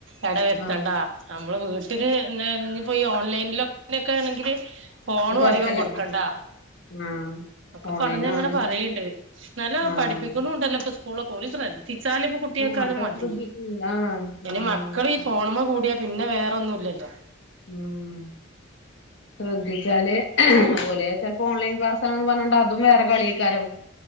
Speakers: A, on the right (about 70°); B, on the left (about 65°).
A: എട വര്ത്തണ്ടാ
B: ആഹ്
A: നമ്മള് വീട്ടില് പിന്നെ ഇഞ്ഞിപ്പോ ഈ ഓൺലൈനിലൊക്ക ആണെങ്കില് ഫോണും
B: ആഹ് കൊഴപ്പല്ല
A: അധികം കൊടുക്കണ്ടാ
B: ആഹ്
A: ഒക്കെ
B: ഓൺലൈൻ
A: പറഞ്ഞങ്ങനെ
B: ആണ്
A: പറയ്ണ്ട് നല്ലോ
B: ആഹ്
A: പഠിപ്പിക്കുണുണ്ടല്ലോ ഇപ്പൊ സ് ളൊക്കെ ഓര് ശ്ര ദ്ധിച്ചാല് ഇപ്പൊ കുട്ട്യാക്കത്
B: ആഹ് അപ്പൊ
A: മതി
B: ശ്രദ്ധിക്കണില്ല ആഹ്
A: ഇനി മക്കൾ ഈ
B: ആഹ്
A: ഫോണ്മ്മ കൂടിയാ പിന്നെ വേറൊന്നുല്ല ഇല്ല
B: ഉം ശ്രദ്ധിച്ചാല് ഓലെ ചെൽപ്പോ ഓൺലൈൻ ക്ലാസ് സ്സാന്ന് പർഞ്ഞാണ്ട് അതും വേറെ കളി അയ്ക്കാരം